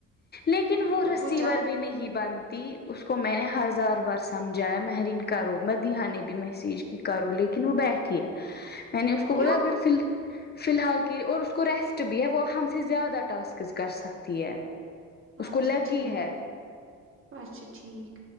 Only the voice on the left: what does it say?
لیکن وہ ریسیور
بھی نہیں بنتی اس کو میں نے ہزار برس سمجھا مرین کرو میں دیہ نے بھی میسیج کی کرو لیکن وہ بیٹھی ہے میں نے اس کو
بلا کر فی الحال کے لیے اور اس کو ریسٹ بھی ہے وہ ہم سے زیادہ ٹاسکز کر سکتی ہے اس
کو لگی
ہے